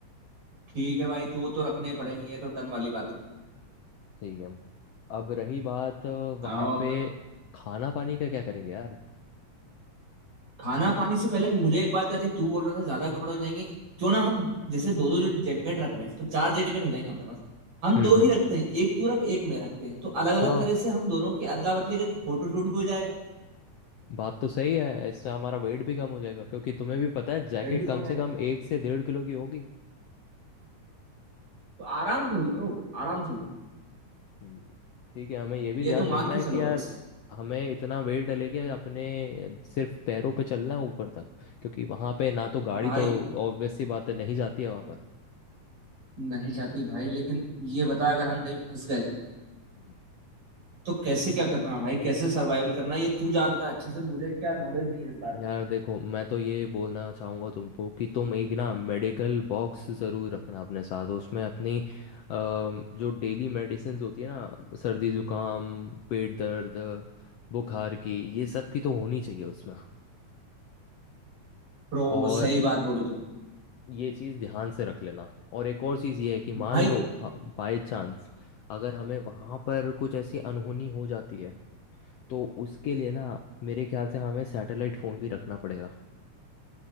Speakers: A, on the right; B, on the left.
A: ठीक है भाई दो तो रखने पड़ेंगे ये तो डन वाली बात है
B: ठीक है अब रही बात अ, वहाँ
A: और
B: पे खाना पानी का क्या करेंगे यार
A: खाना पानी से पहले मुझे एक बात याद आई तू बोल रहा था ज्यादा कपड़े हो जाएंगे क्यों ना हम जैसे दो दो जो जैकेट रख रहे हैं तो चार जैकेट हो जाएंगे अपने पास हम
B: हम्म
A: दो ही
B: हम्म
A: रखते हैं एक तू रख एक मैं रखते हैं तो अलग अलग
B: हाँ
A: तरह से हम दोनों की अदला बदली करके फोटो शूट भी हो जाएगा
B: बात तो सही है इससे हमारा वेट भी कम हो जाएगा क्योंकि तुम्हें भी पता है जैकेट
A: रेट भी कम
B: कम
A: हो जाएगा
B: से कम एक से डेढ़ किलो की होगी
A: तो आराम से होगी ब्रो आराम से होगी
B: हम्म, ठीक है हमें ये भी
A: ये
B: ध्यान
A: तो मान
B: रखना
A: के
B: है कि
A: चलो
B: यार
A: भाई
B: हमें इतना वेट लेके अपने सिर्फ पैरों पे चलना है ऊपर तक क्योंकि वहां पे ना तो गाड़ी
A: भाई
B: तो ऑब्वियस सी बात है नहीं जाती है वहां पर
A: नहीं जाती भाई लेकिन ये बता अगर हम कहीं फंस गए
B: हम्म।
A: तो कैसे क्या करना है भाई कैसे सर्वाइवल करना है ये तू जानता है अच्छे से मुझे क्या नॉलेज नहीं है इस बारे में
B: यार देखो मैं तो ये बोलना चाहूंगा तुमको कि तुम एक ना मेडिकल बॉक्स जरूर रखना अपने साथ उसमें अपनी अ, जो डेली मेडिसिन होती है ना सर्दी जुकाम पेट दर्द बुखार की ये सब की तो होनी चाहिए उसमें
A: प्रो
B: और
A: सही बात बोली तूने
B: ये चीज़ ध्यान से रख लेना और एक और चीज़ ये है कि मान
A: भाई
B: लो बाय चांस अगर हमें वहाँ पर कुछ ऐसी अनहोनी हो जाती है तो उसके लिए ना मेरे ख्याल से हमें सैटेलाइट फ़ोन भी रखना पड़ेगा